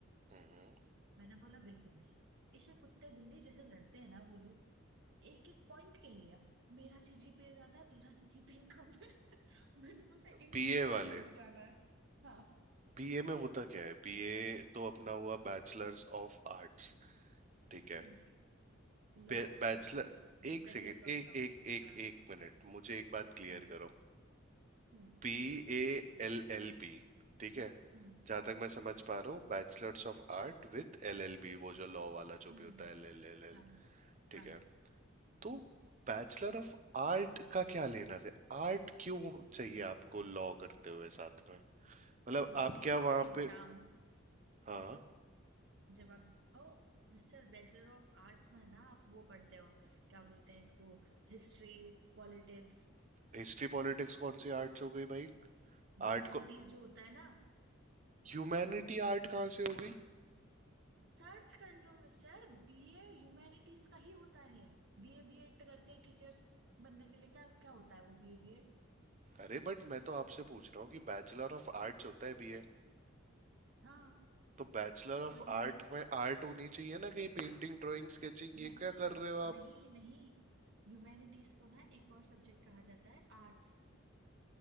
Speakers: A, on the right (about 35°); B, on the right (about 55°).
A: हुँ।
B: मैंने बोला बिल्कुल नहीं इसे कुत्ते बिल्ली जैसे लड़ते हैं ना वो लोग एक एक पॉइंट के लिए मेरा सीजीपीए ज्यादा है, तेरा सीजीपीए कम है <laughs> मैंने बोला इनमें
A: बीए
B: तो मुझे
A: वाले,
B: नहीं जाना है हाँ
A: बीए में होता क्या है? बीए तो अपना हुआ बैचलर्स ऑफ आर्ट्स, ठीक है।
B: With law
A: बे, बैचलर
B: हाँ With
A: एक
B: bachelors
A: सेकेंड,
B: of
A: एक
B: law
A: एक एक
B: हाँ
A: एक मिनट, मुझे एक बात क्लियर
B: हम्म
A: करो।
B: हम्म
A: बी ए एल एल बी, ठीक है?
B: हम्म
A: जहाँ तक मैं समझ पा रहा हूँ, bachelors of art with एल एल बी, वो जो लॉ वाला जो
B: हम्म
A: भी होता है, एल एल एल एल,
B: हाँ
A: ठीक
B: हाँ
A: है? तो बैचलर ऑफ आर्ट का क्या लेना दे आर्ट क्यों चाहिए आपको लॉ करते हुए साथ में मतलब
B: जुडिशरी
A: आप क्या वहां
B: के एग्जाम
A: पे हाँ
B: जब आप ओ सर बैचलर ऑफ आर्ट्स में ना आप वो पढ़ते हो क्या बोलते हैं इसको हिस्ट्री पॉलिटिक्स
A: हिस्ट्री पॉलिटिक्स कौन सी आर्ट्स हो गई भाई
B: ह्यूमैनिटीज
A: आर्ट को
B: जो होता है ना
A: ह्यूमैनिटी आर्ट कहाँ से हो गई
B: सर्च कर लो मिस्टर बीए ह्यूमैनिटीज का ही होता है बीए बीएड करते हैं टीचर्स बनने के लिए क्या क्या होता है वो बीए बीएड
A: अरे बट मैं तो आपसे पूछ रहा हूँ कि बैचलर ऑफ आर्ट्स होता है बीए
B: हाँ
A: तो बैचलर ऑफ
B: और ह्यूमैन
A: आर्ट में आर्ट होनी चाहिए ना कहीं पेंटिंग ड्राइंग स्केचिंग ये
B: नहीं
A: क्या कर रहे हो आप
B: नहीं नहीं ह्यूमैनिटीज को ना एक और सब्जेक्ट कहा जाता है आर्ट्स